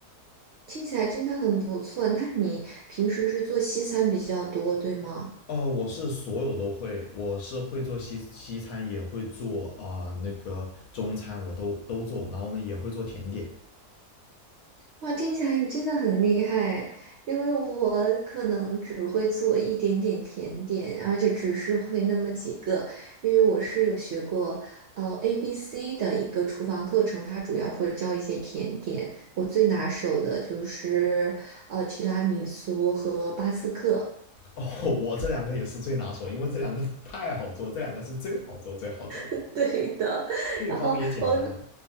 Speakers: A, on the right; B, on the left.
A: 听起来真的很不错。那你平时是做西餐比较多，对吗？
B: 呃，我是所有都会，我是会做西西餐，也会做啊、那个中餐，我都都做，然后呢也会做甜点。
A: 哇，听起来你真的很厉害，因为我可能只会做一点点甜点，而且只是会那么几个，因为我是有学过呃 ABC 的一个厨房课程，它主要会教一些甜点。我最拿手的就是呃提拉米苏和巴斯克。
B: <laughs> 我这两个也是最拿手，因为这两个太好做，这两个是最好做、最好做的，
A: <laughs> 对的，
B: 配方也简单。
A: 然后我